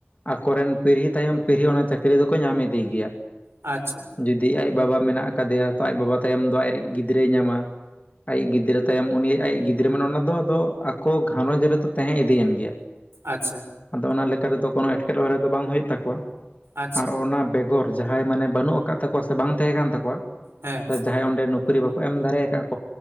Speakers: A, on the left; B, on the right.
A: ᱟᱠᱚᱨᱮᱱ ᱯᱤᱨᱦᱤ ᱛᱟᱭᱚᱢ ᱯᱤᱨᱦᱤ ᱚᱱᱟ ᱪᱟᱹᱠᱨᱤ ᱫᱚᱠᱚ ᱧᱟᱢ ᱤᱫᱤ ᱜᱮᱭᱟ᱾
B: ᱟᱪᱪᱷᱟ᱾
A: ᱡᱩᱫᱤ ᱟᱡ ᱵᱟᱵᱟ ᱢᱮᱱᱟᱜ ᱟᱠᱟᱫᱮᱭᱟ ᱛᱚ ᱟᱡ ᱵᱟᱵᱟ ᱛᱟᱭᱚᱢ ᱫᱚ ᱟᱡᱨᱮᱤᱡ ᱜᱤᱫᱽᱨᱟᱹᱭ ᱧᱟᱢᱟ᱾ ᱟᱡᱤᱡ ᱜᱤᱫᱽᱨᱟᱹ ᱛᱟᱭᱚᱢ ᱩᱱᱤᱭᱟᱜ ᱟᱡᱤᱡ ᱜᱤᱫᱽᱨᱟᱹ ᱢᱟᱱᱮ ᱚᱱᱟ ᱫᱚ ᱟᱫᱚ ᱟᱠᱚ ᱜᱷᱟᱨᱚᱸᱡᱽ ᱨᱮᱫᱚ᱾ ᱛᱟᱦᱮᱸ ᱤᱫᱤᱭᱮᱱ ᱜᱮᱭᱟ
B: ᱟᱪᱪᱷᱟ
A: ᱟᱫᱚ ᱚᱱᱟ ᱞᱮᱠᱟ ᱛᱮᱫᱚ ᱠᱳᱱᱳ ᱮᱴᱠᱮᱴᱚᱬᱮ ᱫᱚ ᱵᱟᱝ ᱦᱩᱭᱩᱜ ᱛᱟᱠᱚᱣᱟ᱾
B: ᱟᱪᱪᱷᱟ
A: ᱟᱨ ᱚᱱᱟ ᱵᱮᱜᱚᱨ ᱡᱟᱦᱟᱸᱭ ᱢᱟᱱᱮ ᱵᱟᱹᱱᱩᱜ ᱟᱠᱟᱫ ᱛᱟᱠᱚᱣᱟ ᱥᱮ ᱵᱟᱝ ᱛᱟᱦᱮᱸ ᱠᱟᱱ ᱛᱟᱠᱚᱣᱟ᱾
B: ᱦᱮᱸ
A: ᱡᱟᱦᱟᱸᱭ ᱚᱸᱰᱮ ᱱᱩᱠᱨᱤ ᱵᱟᱠᱚ ᱮᱢ ᱫᱟᱲᱮᱭᱟ ᱟᱠᱟᱫ ᱠᱚᱣᱟ᱾